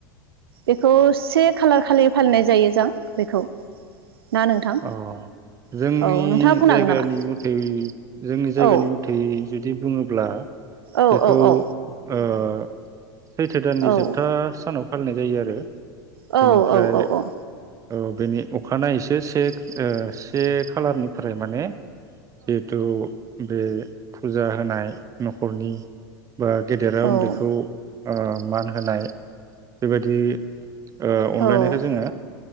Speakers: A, on the right (about 80°); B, on the right (about 25°).
A: बेखौ से खालार खालि फालिनाय जायो जों बेखौ ना नोंथां
B: अ जोंनि
A: औ नोंथाङा बुंनो
B: जायगानि
A: हागोन नामा
B: मथै जोंनि जायगानि
A: औ
B: मथै जुदि बुङोब्ला
A: औ
B: बेखौ
A: औ औ
B: ओ <inaudible> सैथो दाननि
A: औ
B: जोबथा सानाव फालिनाय जायो आरो
A: औ
B: बेनिफ्राय
A: औ औ औ ।
B: औ बेनि अखानायैसो सिख सेख ओ से खालारनिफ्राय माने जेथु बे फुजा होनाय न'खरनि बा गेदेरा
A: औ
B: उन्दैखौ आ मान होनाय बेबायदि ओ अनलायनायखौ
A: औ
B: जोङो